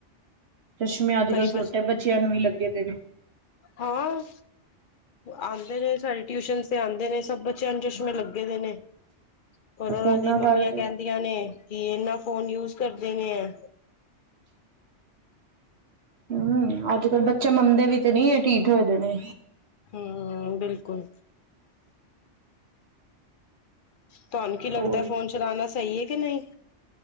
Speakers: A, on the right (about 60°); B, on the left (about 55°).
A: ਚਸ਼ਮੇ ਅੱਜ
B: ਕਈ
A: ਕੱਲ੍ਹ ਛੋਟੇ
B: ਬੱਚ
A: ਬੱਚਿਆਂ ਨੂੰ ਵੀ ਲੱਗੇ ਦੇ ਨੇ
B: ਹਾਂ ਆਉਂਦੇ ਨੇ ਸਾਡੇ ਟਿਊਸ਼ਨ ਤੇ ਆਉਂਦੇ ਨੇ ਸਭ ਬੱਚਿਆਂ ਨੂੰ ਚਸ਼ਮੇ ਲੱਗੇ ਦੇ ਨੇ ਪਰ ਉਹਨਾਂ
A: ਫੋਨਾਂ
B: ਦੀ ਮੰਮੀਆਂ
A: ਕਰਕੇ
B: ਕਹਿੰਦੀਆਂ ਨੇ ਕਿ ਇਨਾ ਫੋਨ ਯੂਜ ਕਰਦੇ ਨੇ ਹੈ
A: ਹਮ ਅੱਜ ਕੱਲ ਬੱਚੇ ਮੰਨਦੇ ਵੀ ਤੇ ਨਹੀਂੀ ਠੀਠ ਹੋਏ ਦੇ ਨੇ
B: ਹਾਂ ਬਿਲਕੁੱਲ ਤੁਹਾਨੂੰ ਕੀ ਲੱਗਦਾ
A: ਹੋਰ
B: ਫੋਨ ਚਲਾਉਣਾ ਸਹੀ ਹੈ ਕਿ ਨਹੀਂ